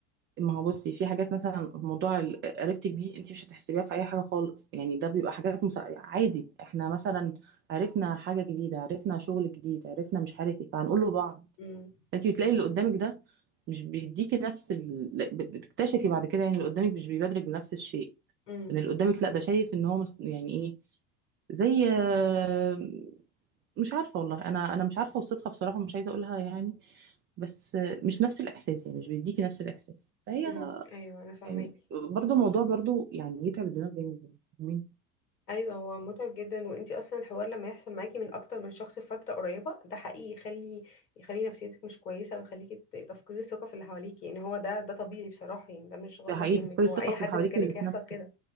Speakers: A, on the right; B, on the left.
A: ما هو بصي في حاجات مثلا موضوع ال- قريبتك دي انت مش هتحسبيها في اي حاجه خالص يعني ده بيبقى حاجات مس... عادي احنا مثلا عرفنا حاجه جديده عرفنا شغل جديد عرفنا مش عارف ايه فهنقول له بعض
B: امم
A: انت بتلاقي اللي قدامك ده مش بيديكي نفس ال... لا، بت- بتكتشفي بعد كده يعني اللي قدامك مش بيبادرك بنفس الشيء
B: امم
A: ان اللي قدامك لا ده شايف ان هو مس... يعني ايه زي آه، مش عارفه والله انا انا مش عارفه اوصفها بصراحه مش عايزه اقولها يعني بس آه، مش نفس الاحساس يعني مش بيديكي نفس الاحساس فهي
B: امم ايوه انا فاهمك
A: يعني برضه الموضوع برضه يعني يتعب الدماغ جامد يعني مين
B: ايوه هو متعب جدا وانتي اصلا الحوار لما يحصل معاكي من اكتر من شخص في فتره قريبه ده حقيقي يخلي يخلي نفسيتك مش كويسه ويخليكي ت- تفقدي الثقه في اللي حواليكي يعني هو ده ده طبيعي بصراحه يعني ده مش غلط
A: ده حقيقي
B: منك
A: تفقدي الثقة
B: هو اي
A: في
B: حد
A: اللي حواليك
B: مكانك
A: واللي
B: هيحصل
A: في نفسك
B: كده